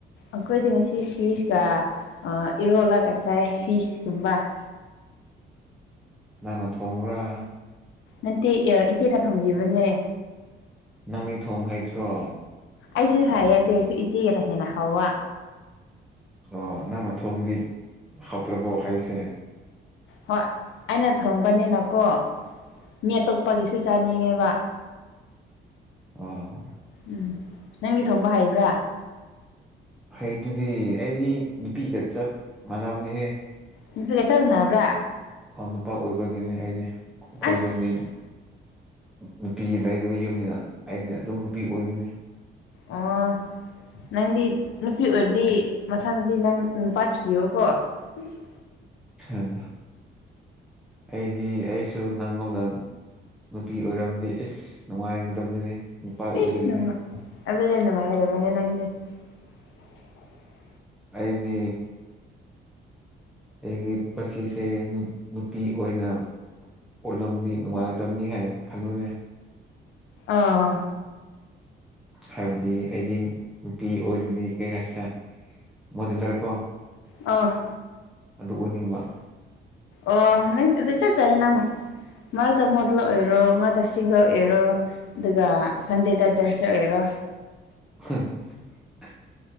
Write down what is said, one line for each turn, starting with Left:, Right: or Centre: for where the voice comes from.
Left: ꯑꯩꯈꯣꯏꯗꯤ ꯉꯁꯤ ꯐꯤꯁꯀ ꯏꯔꯣꯜꯂꯒ ꯆꯥꯏ ꯐꯤꯁꯀꯨꯝꯕ <inaudible>
Centre: ꯅꯪꯅ ꯊꯣꯡꯕ꯭ꯔꯥ
Left: ꯅꯠꯇꯦ ꯏꯆꯦꯅ ꯊꯣꯡꯕꯤꯕꯅꯦ
Centre: ꯅꯪ ꯅꯤꯡꯊꯣꯡ ꯍꯩꯇꯔꯣ
Left: ꯑꯩꯁꯨ ꯍꯩꯌꯦ ꯗꯧꯔꯁꯨ ꯏꯆꯦꯒꯅ ꯍꯦꯟꯅ ꯍꯥꯎꯕ
Centre: ꯑꯣ ꯅꯪꯅ ꯊꯣꯡꯗꯤ ꯍꯥꯎꯇ꯭ꯔꯕꯣ ꯍꯥꯏꯁꯦ
Left: ꯍꯣꯏ ꯑꯩꯅ ꯊꯣꯡꯕꯅꯤꯅꯀꯣ ꯃꯤ ꯑꯇꯣꯞꯄꯒꯤꯁꯨ ꯆꯥꯅꯤꯡꯉꯦꯕ
Centre: ꯑꯣ
Left: ꯎꯝ ꯅꯪꯒꯤ ꯊꯣꯝꯕ ꯍꯩꯕ꯭ꯔꯥ
Centre: ꯍꯩ ꯗꯨꯗꯤ ꯑꯩꯗꯤ ꯅꯨꯄꯤꯒ ꯆꯞ ꯃꯥꯟꯅꯕꯅꯤꯍꯦ
Left: ꯅꯨꯄꯤꯒ ꯆꯞ ꯃꯥꯟꯅꯕꯔꯥ <unintelligible>
Centre: ꯑꯩ ꯅꯨꯄꯥ ꯑꯣꯏꯕꯒꯤꯅꯤ ꯑꯩꯗꯤ ꯑꯩꯈꯣꯏ
Left: ꯑꯁ
Centre: ꯌꯨꯝꯗꯤ ꯅꯨꯄꯤ ꯂꯩꯇꯕ ꯌꯨꯝꯅꯤꯅ ꯑꯩꯗꯤ ꯑꯗꯨꯝ ꯅꯨꯄꯤ ꯑꯣꯏꯕꯅꯤ
Left: ꯑꯣ ꯅꯪꯗꯤ ꯅꯨꯄꯤ ꯑꯣꯏꯗꯤ ꯃꯊꯪꯗꯗꯤ ꯅꯪ ꯅꯨꯄꯥ ꯊꯤꯌꯣꯀꯣ ꯎꯝ <unintelligible> <inaudible>
Centre: ꯎ ꯑꯩꯗꯤ ꯑꯩꯁꯨ ꯅꯪꯉꯣꯟꯗ ꯅꯨꯄꯤ ꯑꯣꯏꯔꯕꯗꯤ ꯏꯁ ꯅꯨꯡꯉꯥꯏꯗꯕꯗꯤꯅꯦ ꯅꯨꯄꯥ ꯑꯣꯏꯕꯗꯤꯅꯦ
Left: ꯏꯁ
Centre: <unintelligible>
Left: ꯑꯗꯨꯗꯤ ꯅꯨꯪꯉꯥꯏꯔꯦꯅꯦ ꯅꯪꯗꯤ <unintelligible>
Centre: ꯑꯩꯗꯤ ꯑꯩꯒꯤ ꯄꯨꯟꯁꯤꯁꯦ ꯅꯨ ꯅꯨꯄꯤ ꯑꯣꯏꯅ ꯑꯣꯠꯂꯝꯃꯅꯤ ꯅꯨꯡꯉꯥꯏꯗꯕꯅꯤꯍꯦ ꯈꯜꯂꯨꯅꯦ
Left: ꯑꯥ
Centre: ꯍꯥꯏꯕꯗꯤ ꯑꯩꯗꯤ ꯅꯨꯄꯤ ꯑꯣꯏꯔꯗꯤ ꯀꯩꯀ <unintelligible> ꯃꯣꯗꯦꯂꯔꯀꯣ <unintelligible>
Left: ꯑ
Centre: ꯑꯗꯨ ꯑꯣꯏꯅꯤꯡꯕ
Left: ꯑꯣ ꯅꯪ ꯑꯗꯨ ꯆꯞ ꯆꯔꯦ ꯅꯪ ꯃꯔꯛꯇ ꯃꯣꯗꯂꯔ ꯑꯣꯏꯔꯣ ꯃꯔꯛꯇ ꯁꯤꯡꯒꯔ ꯑꯣꯏꯔꯣ ꯑꯗꯨꯒ ꯁꯟꯗꯦꯗ ꯗꯥꯟꯁꯔ ꯑꯣꯏꯔꯣ <inaudible>
Centre: ꯍꯪ <unintelligible>